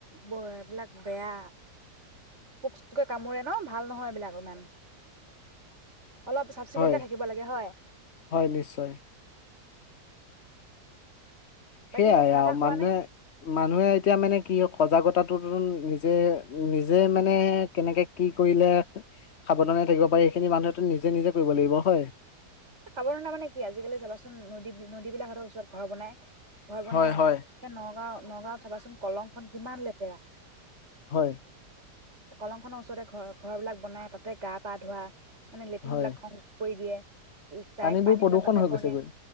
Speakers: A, on the right; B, on the left.
A: ব এ এইবিলাক বেয়া, পোক-চোকে কামোৰে ন' ভাল নহয় এইবিলাক অকমান অলপ চাফ-চিকুণকে
B: হয়
A: থাকিব লাগে হয়
B: হয় নিশ্চয়
A: বাকী
B: সেইয়াই
A: এতিয়া চাহ
B: আও,
A: তাহ খোৱা
B: মানুহে
A: নে
B: মানুহে এতিয়া মানে কি হয় সজাগতা টোতোন নিজে নিজে মানে কেনেকে কি কৰিলে সাৱধানে থাকিব পাৰি, এইখিনি মানুহে তো নিজে নিজে কৰিব লাগিব হয়
A: সাৱধানতা মানে কি আজিকালি চাবাচোন নদী নদীবিলাকৰ ওচৰত ঘৰ বনাই ঘৰ বানাই,
B: হয় হয়
A: এ নগাঁও নগাঁওত চাবাচোন কলং খন কিমান লেতেৰা
B: হয়
A: কলংখনৰ ওচৰতে ঘৰ, ঘৰ বিলাক বনাই। তাতে গা-পা ধোৱা মানে লেট্ৰিন
B: হয়
A: বিলাক সংযোগ কৰি দিয়ে ডাইৰেক্ট
B: পানীবোৰ
A: পানী
B: প্ৰদূষণ
A: বিলাক তাতে
B: হৈ
A: পৰণে।
B: গৈছেগৈ